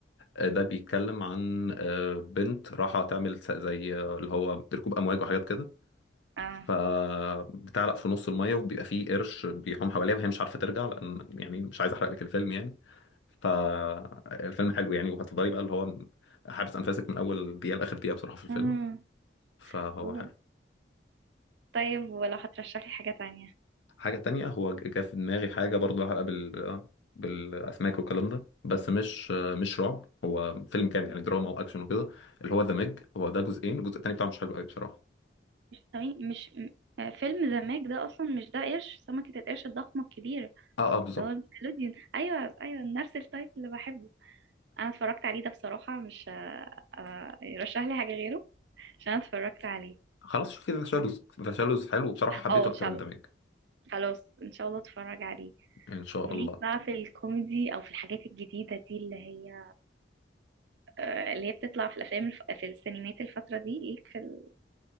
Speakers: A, on the left; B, on the right.
A: ده بيتكلم عن آه، بنت راحة تعمل س- زي آه، اللي هو ركوب أمواج وحاجات كده
B: اه
A: فبتعلق في نص المية وبيبقى فيه قرش بيحوم حواليها وهي مش عارفة ترجع لأن يعني مش عايز أحرق لك الفيلم يعني فالفيلم حلو يعني وهتفضلي بقى اللي هو حابس أنفاسك من أول دقيقة لآخر دقيقة بصراحة في الفيلم
B: امم
A: فهو
B: بالظبط.
A: حلو
B: طيب ولو هترشح لي حاجة تانية
A: حاجة تانية هو جه في دماغي حاجة برضه لها علاقة بال بالأسماك والكلام ده بس مش مش رعب هو فيلم كامل يعني دراما وأكشن وكده اللي هو ذا ميج هو ده جزئين الجزء التاني بتاعه مش حلو قوي بصراحة
B: تمام مش م- آه، فيلم ذا ماج ده اصلا مش ده قرش سمكة القرش الضخمة الكبيرة
A: اه اه بالظبط
B: ده هو النيكلوديون ايوه ايوه نفس التايب اللي بحبه انا اتفرجت عليه ده بصراحة مش آه، آه، يرشح لي حاجة غيره عشان أنا اتفرجت عليه
A: خلاص شوفي ذا شالوز ذا شالوز حلو وبصراحة حبيته
B: او ان
A: أكتر
B: شاء
A: من
B: الله
A: ذا ميج
B: خلاص ان شاء الله اتفرج عليه
A: إن شاء
B: وليك
A: الله
B: بقى في الكوميدي او في الحاجات الجديدة دي اللي هي آه، اللي هي بتطلع في الافلام الف... في السينمات الفترة دي ليك في ال-